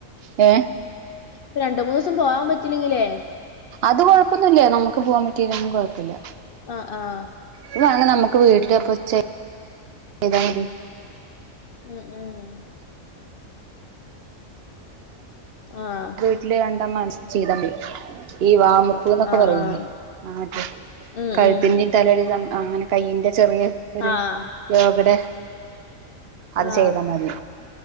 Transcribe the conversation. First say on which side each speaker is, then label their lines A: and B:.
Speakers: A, on the right; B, on the left.
A: ഹേ
B: ഇപ്പൊ രണ്ടു മൂന്നുസം പോവാൻ പറ്റിലെങ്കിലേ
A: അത് കൊഴപ്പന്നുല്ല നമക്ക് പോവാൻപറ്റീലെങ്കിലും കൊഴപ്പല്യ
B: അഹ് ആഹ്
A: ഇവ്വാന് നമുക്ക് വീട്ട്ലൊക്കെ വെച്ച ചെയ്താ മതി
B: ഉം ഉം ആഹ്
A: <unintelligible> ഈ വാമപ്പ്
B: ആഹ്
A: നൊക്കെ
B: ആഹ്
A: പറയില്ലേ
B: ആഹ്
A: ആഹ് അതെ
B: ഉം
A: കഴുത്തിന്റെ
B: ഉം
A: തലടെം സം അങ്ങനെ കൈയിന്റെ ചെറിയ ഒരു
B: ആഹ്
A: യാ അവിടെ അത്
B: ആഹ്
A: ചെയ്താ മതി